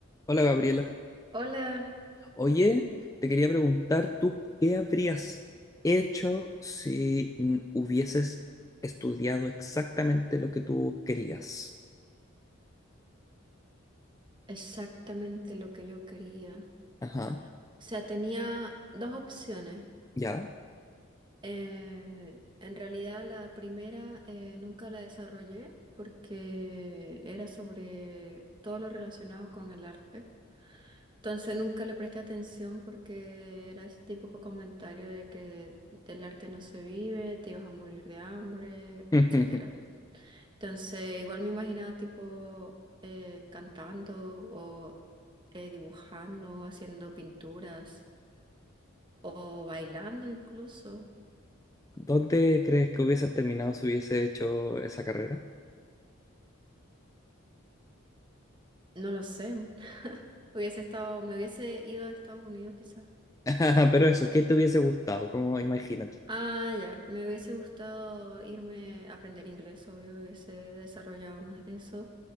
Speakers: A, on the left; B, on the right.
A: Hola Gabriela.
B: Hola,
A: Oye, te quería preguntar, ¿tú qué habrías hecho si mm, hubieses estudiado exactamente lo que tú querías?
B: exactamente lo que yo quería.
A: Ajá,
B: O sea, tenía dos opciones.
A: ¿ya?
B: Eh, en realidad la primera eh, nunca la desarrollé porque era sobre todo lo relacionado con el arte. Entonces nunca le presté atención porque era ese típico comentario de que del arte no se vive, te ibas a morir de hambre,
A: <laughs>
B: etcétera. Entonces, igual me imaginaba tipo eh, cantando o eh, dibujando, haciendo pinturas o bailando incluso.
A: ¿Dónde crees que hubieses terminado si hubiese hecho esa carrera?
B: No lo sé. Hubiese estado, me hubiese ido a Estados Unidos quizás.
A: <laughs> Pero eso, ¿qué te hubiese gustado? Como imagínate.
B: Ah, ya. Me hubiese gustado irme a aprender inglés, obvio, hubiese desarrollado más eso.